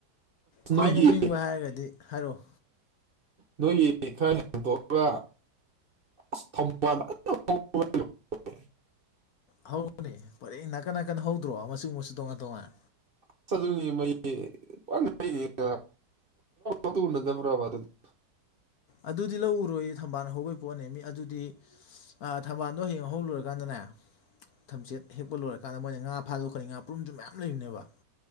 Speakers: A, on the left; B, on the right.
A: ꯈ꯭ꯋꯥꯏ
B: ꯅꯣꯏꯒꯤ
A: ꯅꯣꯛꯅꯤꯡꯕ ꯍꯥꯏꯔꯒꯗꯤ ꯍꯥꯏꯔꯛꯑꯣ
B: ꯅꯣꯏꯒꯤ ꯈꯔ ꯍꯦꯟꯇꯣꯛꯑꯒ ꯑꯁ ꯊꯝꯕꯜ ꯐꯖꯟꯅ ꯍꯧꯕ <unintelligible>
A: ꯍꯧꯕꯅꯦ ꯄꯔꯦꯡ ꯅꯥꯀꯟ ꯅꯥꯀꯟ ꯍꯧꯗ꯭ꯔꯣ ꯃꯆꯨ ꯃꯆꯨ ꯇꯣꯉꯥꯟ ꯇꯣꯉꯥꯟ
B: ꯑꯁ ꯑꯗꯨꯒꯤꯃꯩꯅꯦ <unintelligible> ꯑꯗꯨ ꯑꯨꯅꯗꯕꯔ ꯑꯗꯨꯗꯤ
A: ꯑꯗꯨꯗꯤ ꯂꯧ ꯎꯔꯣꯏ ꯊꯝꯕꯥꯜ ꯍꯧꯕꯒꯤ ꯄꯣꯠꯅꯦ ꯃꯤ ꯑꯗꯨꯗꯤ ꯑ ꯊꯝꯕꯥꯜꯗꯣ ꯍꯌꯦꯡ ꯍꯧ ꯂꯣꯏꯔꯀꯥꯟꯗꯅꯦ ꯊꯝꯆꯦꯠ ꯍꯦꯛꯄ ꯂꯣꯏꯔꯀꯥꯟꯗ ꯃꯣꯏꯅ ꯉꯥ ꯐꯥꯗꯣꯛꯀꯅꯤ ꯉꯥ ꯄꯨꯔꯨꯝꯁꯨ ꯃꯌꯥꯝ ꯂꯩꯕꯅꯦꯕ